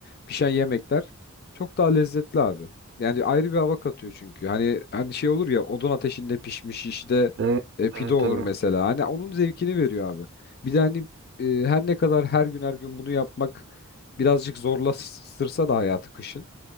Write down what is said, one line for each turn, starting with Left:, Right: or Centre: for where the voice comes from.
Left: pişen yemekler çok daha lezzetli abi. Yani ayrı bir hava katıyor çünkü. Hani hani şey olur ya odun ateşinde pişmiş işte
Right: Evet,
Left: e, pide
Right: evet
Left: olur
Right: tabii.
Left: mesela. Hani onun zevkini veriyor abi. Bir de hani e, her ne kadar her gün her gün bunu yapmak birazcık zorlaştırsa da hayatı kışın.